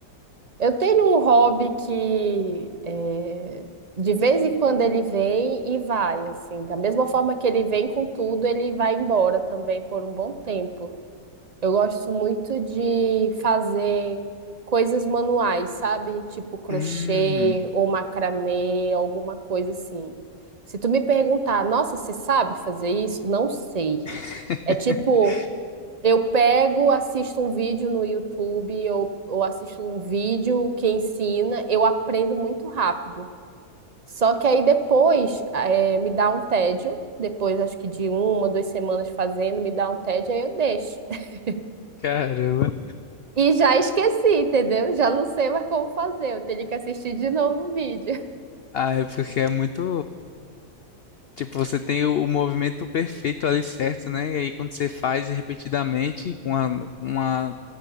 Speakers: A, on the right; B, on the left.
A: Eu tenho um hobby que é, de vez em quando ele vem e vai, assim. Da mesma forma que ele vem com tudo, ele vai embora também por um bom tempo. Eu gosto muito de fazer coisas manuais, sabe? Tipo crochê
B: Hum.
A: ou macramê, alguma coisa assim. Se tu me perguntar, nossa, você sabe fazer isso? Não sei.
B: <laughs>
A: É tipo. Eu pego, assisto um vídeo no YouTube ou, ou assisto um vídeo que ensina, eu aprendo muito rápido. Só que aí depois eh, me dá um tédio, depois acho que de uma, duas semanas fazendo, me dá um tédio, aí eu deixo. <laughs>
B: Caramba.
A: E já esqueci, entendeu? Já não sei mais como fazer, eu teria que assistir de novo o vídeo.
B: Ah, é porque é muito, Tipo, você tem o, o movimento perfeito ali certo, né? E aí quando você faz repetidamente, com uma, uma